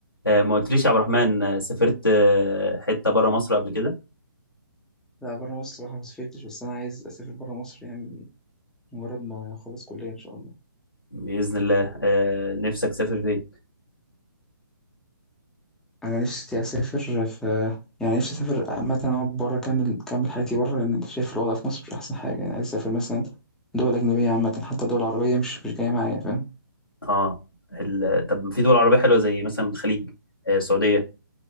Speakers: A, on the left; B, in the centre.
A: آه، ما قلتليش يا عبد الرحمن آه، سافرت آه، حتة بره مصر قبل كده
B: لا بره مصر صراحة ما سافرتش بس أنا عايز أسافر بره مصر يعني مجرد ما أخلص كلية إن شاء الله
A: بإذن الله آه، نفسك تسافر فين؟
B: أنا نفسي أسافر في يعني نفسي أسافر عامة أقعد بره أكمل أكمل حياتي بره لأن شايف الوضع في مصر مش أحسن حاجة يعني عايز أسافر مثلا دول أجنبية عامة حتى دول عربية مش مش جاية معايا فاهم
A: اه ال... طب في دول عربية حلوة زي مثلا الخليج آه، السعودية